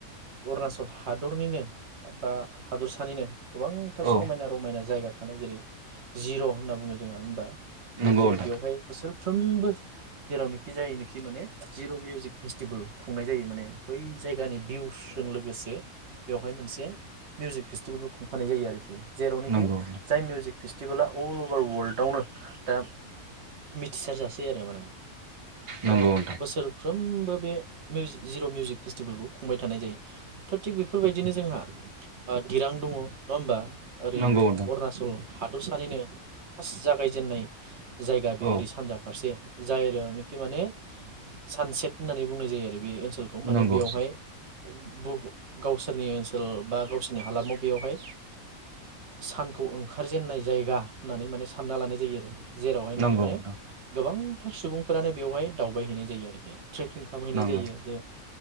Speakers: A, on the right (about 55°); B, on the right (about 40°).
A: अरुणाचल हादरनिनो हा बा हादरसानिनो गोबांथार समायना
B: औ
A: रमायना जायगा थानाय जेरै जिर होनना बुंङो जोंङो होनबा
B: नंगौ
A: जिर‌बेवहाय
B: नोंथां
A: बोसोर फ्रोमबो जेरावनोखि जायनोखि माने जिर‌मिउजिक फेस्टिभेल खुंनाय जायो माने बै जायगानि भिउसजों लोगोसे बेवहाय मोनसे मिउजिक फेस्टिभेलबो खुंफानाय जायो आरोखि जेरावनोखि
B: नंगौ नोंथां
A: जाय मिउजिक फेस्टिभोला अल अभार वल्डआवनो दा मिथिसारजासै आरो माने
B: नंगौ
A: दा
B: नोंथां
A: बोसोर फ्रोमबो बे मिउजिक जिर' मिउजिक फेस्टिभेलखौ खुंबाय थानाय जायो थ' थिग बेफोरबायदिनो जोंहा दिरां दंङ नंङा होमबा ओरै
B: नंगौ नोंथां
A: अरुनाचल हादरसानैनो फार्स्ट जागायजेननाय <unintelligible> जायगा बेयो
B: औ
A: ओरै सानजा फारसे जायरोनोखि माने सानसेट होननानै बुंनाय जायो आरो रोबे ओनसोलखौ माने
B: नंगौ
A: बेवहाय बु गावसोरनि ओनसोल बा गावसोरनि हालामाव बेयावहाय सानखौ ओंखारजेनन्नाय जायगा होननानै माने सानना लानाय जायो आरो जेरावहायनोखि
B: नंगौ
A: माने
B: नोंथां
A: गोबां थार सुबुंफोरानो बेवहाय दावबायहैनाय जायो आरोखि ट्रेकिं खामहैनाय
B: नंगौ
A: जायो जे